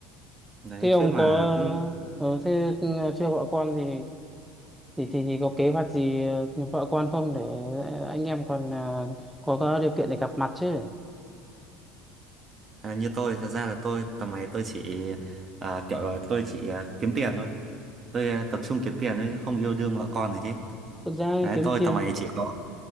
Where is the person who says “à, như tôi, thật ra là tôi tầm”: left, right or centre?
Right